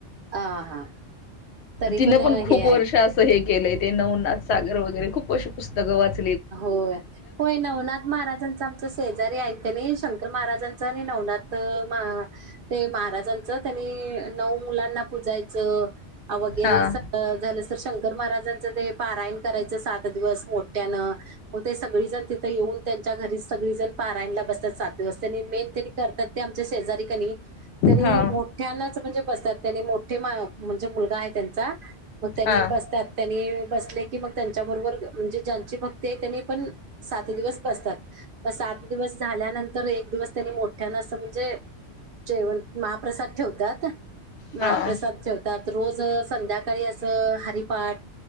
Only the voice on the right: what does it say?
आ हा तरी
हे आहे
होय, होय नवनाथ महाराजांच आमचा शेजारी आहेत नाही शंकर महाराजांच आणि नव नवनाथ माहा, ते महाराजांच तेनी नऊ मुलांना पुजायचं, वगैरे
झालं तर शंकर महाराजांच ते पारायन करायचं सात दिवस मोठ्यानं. हो ते सगळीजण तिथं येऊन त्यांच्या घरी सगळीजण पाराला बसतात. सात दिवस त्यांनी मेन त्यांनी करतात ते आमच्या शेजारी कनी त्यांनी
मोठ्यांनाच म्हणजे बसत्यात. त्यांनी मोठे म म्हणजे मुलगा आहे त्यांचा म त्यांनी
बसत्यात त्यांनी बसले की म त्यांच्याबरोबर म्हणजे ज्यांची भक ते त्यांनी पण सात दिवस बसतात म सात दिवस झाल्यानंतर एक दिवस त्यांनी मोठ्यान अस म्हणजे, जेवण महाप्रसाद ठेवतात
महाप्रसाद ठेवतात. रोज संध्याकाळी असं हरिपाठ.